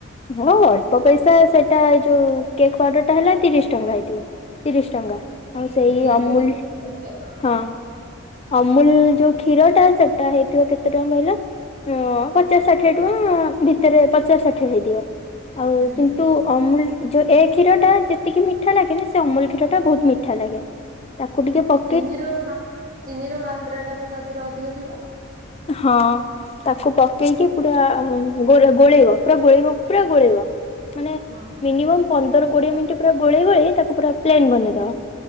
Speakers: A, on the left; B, on the right.
A: ହଁ ଅଳ୍ପ ପଇସା ସେଟା ଏଇ ଯୋଉ କେକ୍ ଅର୍ଡର ଟା ହେଲା ତିରିଶ ଟଙ୍କା ହେଇଥିବ। ତିରିଶ ଟଙ୍କା ଆଉ ସେଇ
B: ଏତିକି
A: ଅମୁଲ
B: ଜମା ଅଳ୍ପ ତ
A: ହଁ। ଅମୁଲ ଯୋଉ କ୍ଷୀର ଟା ସେଟା ହେଇଥିବ କେତେ ଟଙ୍କା କହିଲ? ହଁ ପଚାଶ ଷାଠିଏ ଟଙ୍କା ଭିତରେ ପଚାଶ ଷାଠ କିଇଏ ହେଇଥିବ। ଆଉ
B: ହୁଁ।
A: କିନ୍ତୁ ଅମୁଲ୍ ଯୋଉ ଏ କ୍ଷୀର ଟା ଯେତିକି ମିଠା ଲାଗେନି ସେ ଅମୁଲ କ୍ଷୀର ଟା ବହୁତ ମିଠା ଲାଗେ। ତାକୁ ଟିକେ ପକ୍
B: ଚିନିର ମା ଚିନି ର ମାତ୍ରା ଟା ତ ତା ଦେହରେ ଅଧିକ ଥିବ।
A: ହଁ। ତାକୁ ପକେଇକି ପୁରା ଗୋଳେଇବ ପୁରା ଗୋଳେଇବ ପୁରା ଗୋଳେଇବ। ମାନେ
B: ହଁ
A: ମିନିମମ୍
B: ତାପରେ
A: ପନ୍ଦର କୋଡିଏ ମିନଟି ପୁରା ଗୋଳେଇ ଗୋଳେଇ ତାକୁ ପୁରା ପ୍ଲେନ୍ ବନେଇଦବ।